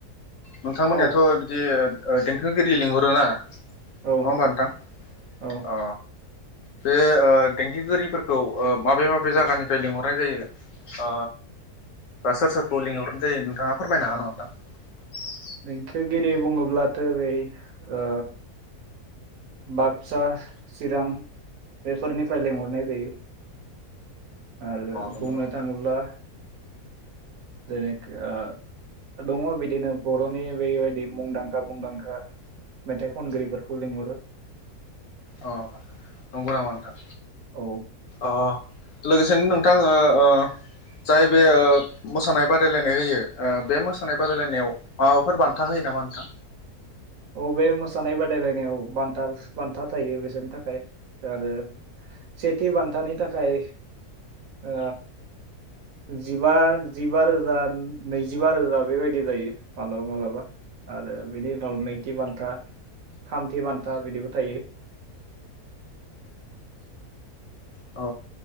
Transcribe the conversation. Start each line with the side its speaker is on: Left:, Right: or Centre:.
Left: नोंथांमोनियाथ'
Right: औ
Left: बिदि। ओ देंखोगिरि लिंहरो ना। न
Right: औ
Left: होमबा नोंथां?
Right: औ
Left: अ। बे ओ देंखोगिरिफोरखौ माबे माबे जायगानिफ्राय लिंहरनाय जायो? ओ बा सोर सोरखौ लिंहरना। दे नोंथाङा फोरमायनो हागोन नामा? नोंथां।
Right: नेंखोगिरि बुङोब्लाथ' बै ओ बाक्सा, चिरां बेफोरनिफ्राय लिंहरनाय जायो। आरो
Left: नामा
Right: बुंनो
Left: नोंथां
Right: थाङोब्ला। जेनेखि ओ दङ बिदिनो बर'नि बेबायदि मुंदांखा मुंदांखा मेथाइ खनगिरिफोरखौ लिंहरो।
Left: अ नंगौ नामा नोंथां अ नंगौ नामा नोंथां
Right: औ।
Left: अ लोगोसेनो नोंथां ओ ओ जाय बे ओ मोसानाय बादायलायनाय होयो, बे मोसानाय बादायलायनायाव माबाफोर बान्था होयो नामा नोंथां?
Right: अबे मोसानाय बादायलायनायाव बान्था बान्था थायो बिसोरनि थाखाय, आरो सेथि बान्थानि थाखाय ओ जिबा जिबा रोजा नैजिबा रोजा बेबायदि जायो मालाबा मालाबा, आरो बेनि उनाव थि बान्था थामथि बान्था बिदिबो थायो।
Left: अ